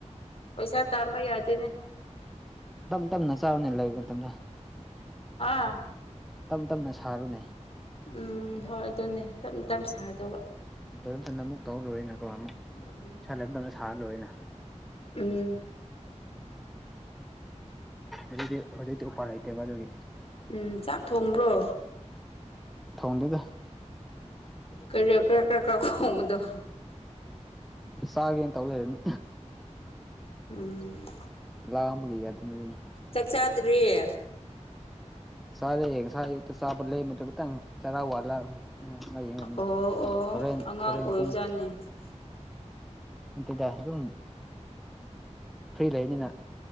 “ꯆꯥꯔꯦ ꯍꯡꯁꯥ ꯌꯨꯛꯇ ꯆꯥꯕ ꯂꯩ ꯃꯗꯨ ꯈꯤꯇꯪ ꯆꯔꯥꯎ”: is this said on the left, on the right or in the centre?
Centre